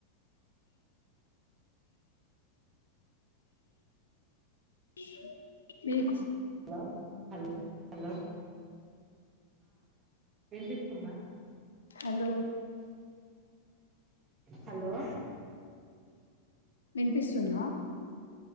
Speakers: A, on the left (about 70°); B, on the right (about 30°).
A: ఈ <unintelligible>
B: హలో హలో హలో వినిపిస్తుందా
A: హలో
B: హలో
A: వినిపిస్తున్నా